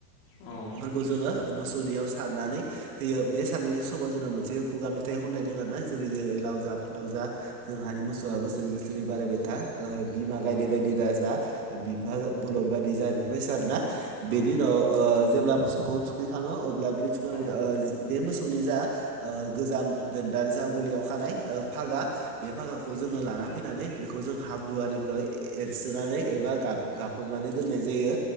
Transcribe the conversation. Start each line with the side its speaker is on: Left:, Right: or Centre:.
Left: औ
Right: खौ जोङो मोसौनियाव सारनानै होयो बे सारनाय समाव जोंना मोनसे खुगा मेथाइ खननाय दों आरोना जेरै जोङो लाव जा फान्थाव जा जोंहानि मोसौआ बोसोरे बोसोरे बारायबाय था ओ बिमा गायदे
Left: नंगौ
Right: बायदि दाजा बिफा बलद बायदि जा बेफोरबायसा आरो‌ना बेनि
Left: औ
Right: उनाव ओ जेब्ला मोसौखौ थुखैखाङो अब्ला बिनि थुखैनानै
Left: औ नंगौ औ नंगौ औ
Right: ओ बे मोसौनि जा ओ गोजाम दोनदानो जा गलियाव खानाय ओ फागा बे फागाखौ जोङो लाना फैनानै बेखौ जों हाब्रु आरिफोव एरसोनानै एबा गाफबनानै दोननाय जायो